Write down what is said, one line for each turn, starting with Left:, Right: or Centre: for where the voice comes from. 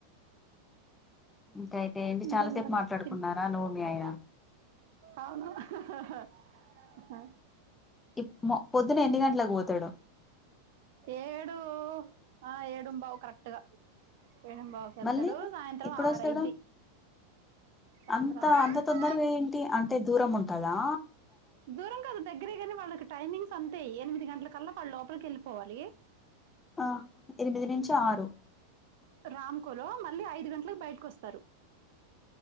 Left: ఇంకాయితే ఏంటి
Right: ఇంకేంటి
Left: చాలా సేపు
Right: మరి
Left: మాట్లాడుకున్నారా
Right: తిన్
Left: నువ్వు మీ ఆయన
Right: అవును హా హా హు
Left: ఇప్ మో పొద్దున్న ఎన్ని గంటలక్ పోతాడు
Right: ఏడు ఆ ఏడుమ్ బావు కరెక్ట్గా ఏడుమ్ బావు కెళ్తాడు
Left: మళ్ళీ
Right: సాయంత్రం
Left: ఎప్పుడొస్తాడు
Right: ఆరైద్ది సాయంత్రం
Left: అంత
Right: ఆరైద్ది
Left: అంత తొందరగా ఏంటి అంటే దూరం ఉంటందా
Right: దూరం కాదు దగ్గరే గాని వాళ్ళకి టైమింగ్స్ అంతే ఎనిది గంటల కల్లా వాళ్ళు లోపలికి వెళ్ళిపోవాలి
Left: ఆ ఎనిమిది నుంచి ఆరు
Right: రామ్ కులం మళ్ళీ ఐదు గంటలకు బయటకు వస్తారు